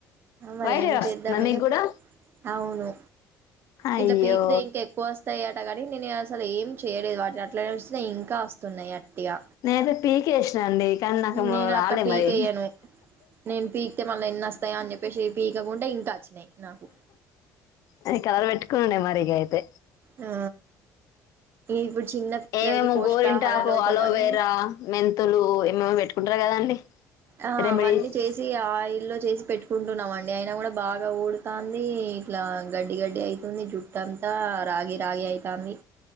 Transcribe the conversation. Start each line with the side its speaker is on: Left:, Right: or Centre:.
Right: మరి
Left: వైట్
Right: ఏం
Left: హెయిర్ వస్తుందా
Right: చేద్దాం ఇకా
Left: మీకు కూడా
Right: అవును
Left: అయ్యో
Right: ఇంట్లా పీకుతే ఇంకే ఎక్కువ వస్తాయి అట కాని నేను అసలు ఏం చేయలేదు వాటిని అట్లానే విడిసినఇంకా వస్తున్నాయి అట్టిగా
Left: నేనయితే పీకేసిన అండి కానీ నాకు
Right: నేను
Left: రాలే
Right: అట్లా పీకేయను
Left: మరి
Right: నేను పీకితే మళ్ళా ఎన్ని వస్తాయా అని చెప్పేసి పీకకుంటే ఇంకా వచ్చినాయి నాకు
Left: అది కవర్ పెట్టుకోనుండా మరి ఇక అయితే
Right: ఆ ఇప్పుడు చిన్న పిల్లలకి
Left: ఏమేమో
Right: పోషకాహార
Left: గోరింటాకు,
Right: లోపమని
Left: అలోవేరా మెంతులు ఏమేమో పెట్టుకుంటారు కదండి.
Right: ఆ
Left: రెమెడీస్
Right: అవన్నీ చేసి తెచ్చిఆయిల్లోచేసి పెట్టుకుంటున్నాం అండి అయినా కూడా బాగా ఊడుతాంది ఇట్లా గడ్డి గడ్డి అయి ఉన్ని జుట్టు అంతా రాగి రాగి అయితాంది.